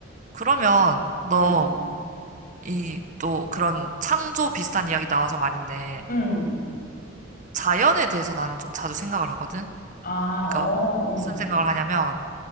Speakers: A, on the right; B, on the left.
A: 그러면 너
B: 음,
A: 이 또 그런 창조 비슷한 이야기 나와서 말인데
B: 음,
A: 자연에 대해서 나는 좀 자주 생각을 하거든.
B: 아,
A: 그러니까
B: 어, 음,
A: 무슨 생각을 하냐면